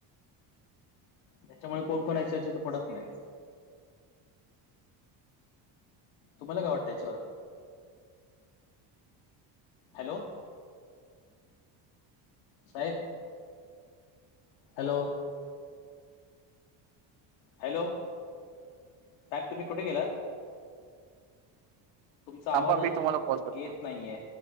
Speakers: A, on the left; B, on the right.
A: त्याच्यामुळे कोण कोण याच्याचे तर पडत नाही. तुम्हाला काय वाटतं याच्यावर हॅलो. साहेब. हॅलो. हॅलो साहेब तुम्ही कुठे गेलात? तुमचा आवाज
B: थांबा मी
A: ऐकू
B: तुम्हाला कॉल करतो.
A: येत नाहीये.